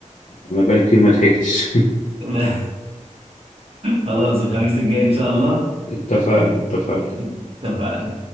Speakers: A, on the left; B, on the right.
A: انا بقالي كتير ما ضحكتش
B: <laughs> خلاص الخميس الجاي ان شاء الله
A: <laughs> اتفقنا اتفقنا
B: اتفقنا